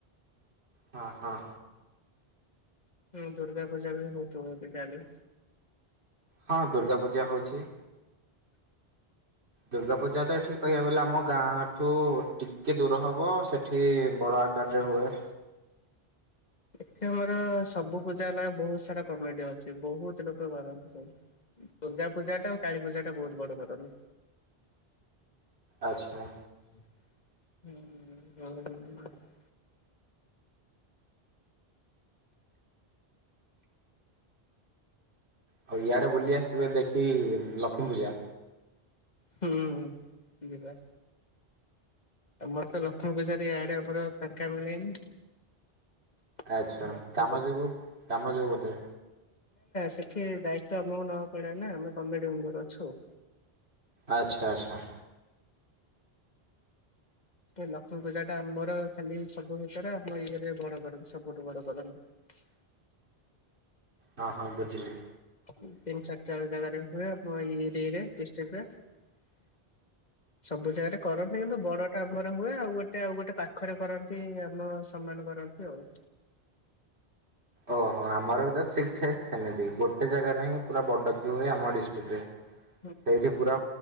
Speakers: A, on the right; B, on the left.
A: ହଁ, ହଁ।
B: ହୁଁ ଦୁର୍ଗା ପୂଜା ବି ବହୁତ ଭଲରେ ଚାଲଛି।
A: ହଁ ଦୁର୍ଗା ପୂଜା ହଉଛି। ଦୁର୍ଗା ପୂଜା ତ ଏଠି କହିବାକୁ ଗଲେ ଆମ ଗାଁଠୁ ଟିକେ ଦୂର ହବ ସେଠି ବଡ ବଡ ଆକାରେ ହୁଏ।
B: ଏଠି ଆମର ସବୁ ପୂଜା ହେଲା ବହୁତ ସାରା କମିଟି ଅଛି ବହୁତ ଲୋକ କରନ୍ତି। ଦୁର୍ଗା ପୂଜା ଟା ଆଉ କାଳୀ ପୂଜା ଟା ବହୁତ ବଡ କରନ୍ତି।
A: ଆଚ୍ଛା!
B: <unintelligible>
A: ଆଉ ଇଆଡ଼େ ବୁଲି ଆସିବେ ଦେଖି ଲକ୍ଷ୍ମୀ ପୂଜା।
B: ହୁଁ, ହୁଁ ଯିବା ଆମର ତ ଲକ୍ଷ୍ମୀ ପୂଜାର ଇଆଡେ ଆମର ଫାଙ୍କା ମିଳେନି। <unintelligible>
A: ଆଚ୍ଛା
B: ନା,
A: କାମ
B: ନା
A: ଯୋଗୁଁ କାମ ଯୋଗୁଁ ବୋଧେ
B: ସେଠି ଦାୟିତ୍ଵ ଆମକୁ ନବାକୁ ପଡେ ନା ଆମେ କମିଟି ମେମ୍ବର ଅଛୁ।
A: ଆଚ୍ଛା! ଆଚ୍ଛା!
B: ଏ ଲକ୍ଷ୍ମୀ ପୂଜା ଟା ଆମର ଖାଲି ସବୁ ଭିତରେ ଆମ ଇଏରେ ବଡ ସବୁଠୁ ବଡ କରନ୍ତି। <inaudible>
A: ହଁ, ହଁ ବୁଝିଲି।
B: ତିନି, ଚାରିଟା ଜାଗାରେ ହୁଏ ଇରିରେ ଡିଷ୍ଟ୍ରିକ୍ଟ ରେ। <inaudible> ସବୁ ଜାଗାରେ କରନ୍ତି କିନ୍ତୁ ବଡ ଟା ଆମର ହୁଏ ଆଉ ଗୋଟେ ଆଉ ଗୋଟେ ପାଖରେ କରନ୍ତି ଆମ ସମ୍ମାନରେ କରନ୍ତି ଆଉ।
A: ଓହୋ ଆମର ବି ତ ସେ ଠିକ ସେମିତି ଗୋଟେ ଜାଗାରେ ହିଁ ପୁରା ବଡକି ହୁଏ ଆମ ଡିଷ୍ଟ୍ରିକ୍ଟ ରେ।
B: <inaudible>
A: ସେଇଠି ପୁରା